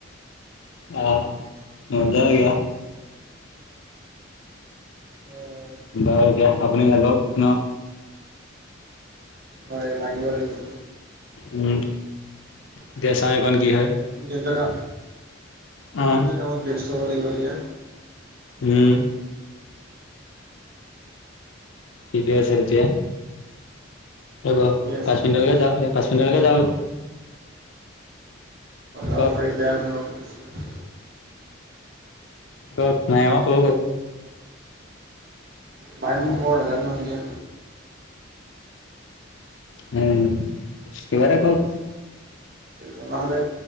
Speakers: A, on the left; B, on the right.
A: অ মজা লাগে
B: হয় হয়
A: বাৰু এতিয়া আপুনি লাগক ন
B: হয় লাগিব লাগিব।
A: উম এতিয়া চাওঁ এঅকণ কি হয়।
B: যন্ত্ৰণা
A: অ
B: কামত ব্যস্ত হ'ব লাগিব এতিয়া।
A: উম ঠিকে আছে তেতিয়া হ'ব
B: ঠিকে আছে
A: পাঁচ
B: ঠিকে
A: মিনিটলৈকে
B: আছে
A: যাওঁ, পাঁচ মিনিটলৈকে যাওঁ।
B: অ
A: কওক
B: পাৰি। বেয়া নহয় বাও।
A: কওক মায়েংৰ খবৰ কওক।
B: পায়েমৰ খবৰ নেজানো নহয় এতিয়া
A: উম কিবা এটা কওঁক
B: জনা হ'লে